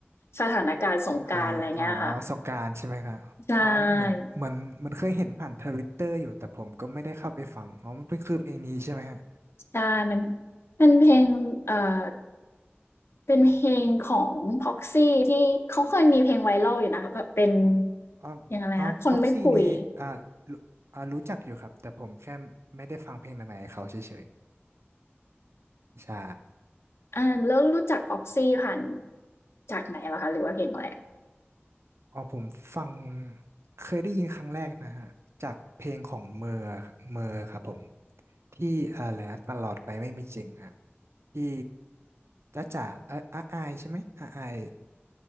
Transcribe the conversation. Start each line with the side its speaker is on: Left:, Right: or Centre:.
Left: สถานการณ์สงกรานต์อะไรเงี้ยค่ะ
Right: อ่าอ๋อสงกรานต์ใช่ไหมครับอ๋อเหมือนเหมือนมันเคยเห็นผ่านทวิตเตอร์อยู่แต่ผมก็ไม่ได้เข้าไปฟังอ๋อมันเป็นคือเพลงนี้ใช่ไหมฮะ
Left: ใช่ใช่มันเป็นเพลงเอ่อเป็นเพลงของ Proxy ที่เขาเคยมีเพลงไวรัลอยู่นะคะแบบเป็น
Right: อ๋ออ๋อพ็อกซี่นี่อ่ารู้อ่ารู้จักอยู่ครับแต่ผมแค่ไม่ได้ฟังเพลงใหม่ๆของเขาเฉย
Left: เพลงอะไรนะคนไม่คุย
Right: ใช่
Left: อ่าแล้วรู้จัก Proxy ผ่านจากไหนเหรอคะหรือว่าเพลงอะไร
Right: อ๋อผมฟังเคยได้ยินครั้งแรกนะฮะจากเพลงของเมอร์เมอร์ครับผมที่อะไรนะตลอดไปไม่มีจริงครับที่จ้ะจ๋าเอ่ออาอายใช่ไหมอาอาย